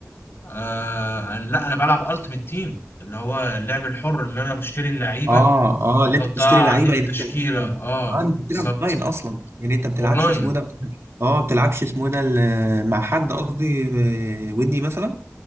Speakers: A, on the left; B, on the right.
A: أه لا انا بلعب التيمت تيم اللي هو اللعب الحر اللي انا بشتري اللعيبه
B: اه اه
A: واحطها
B: اللي انت بتشتري لعيبه
A: عندي في
B: يعني
A: تشكيله
B: انت
A: اه
B: اه انت بتلعب
A: بالظبط
B: اونلاين اصلا يعني انت بتلعبش
A: اونلاين
B: اسمه ده اه بتلعبش اسمه ده ال- مع حد قصدي آه، ودي مثلا